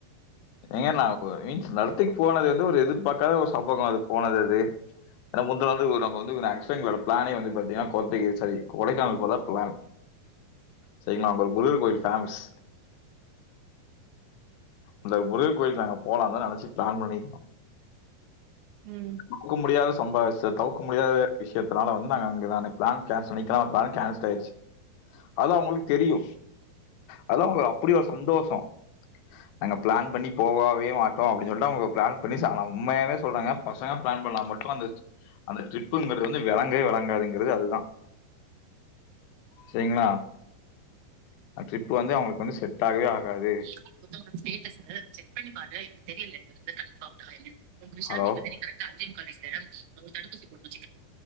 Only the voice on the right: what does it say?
ம்
<unintelligible> வந்து ஸ்டேட்டஸ் செக் பண்ணி பாரு எனக்கு தெரியல இது வந்து கன்ஃபர்ம்டா என்ன உங்க விஷாந்தி
வந்து நீ கரெக்டா அஞ்சே முக்கா வயசுல அவங்களுக்கு தடுப்பூசி போடணும்